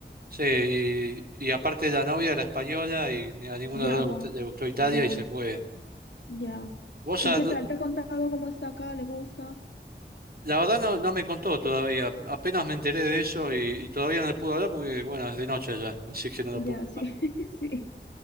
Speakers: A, on the right (about 55°); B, on the left (about 75°).
A: Sí, y, y aparte la novia era española y ni- a ninguno
B: ya,
A: de los dos
B: bueno,
A: le gustó le gustó Italia
B: ya,
A: y se fue.
B: ya.
A: ¿Vos
B: ¿Y
A: a,
B: qué
A: no,
B: tal? ¿Te ha contado cómo está acá? ¿Le gusta?
A: La verdad no, no me contó todavía, apenas me enteré de eso y, y todavía no le pude hablar porque, bueno, es de noche ya, así que no lo
B: Ya,
A: puedo llamar.
B: sí, <laughs> sí.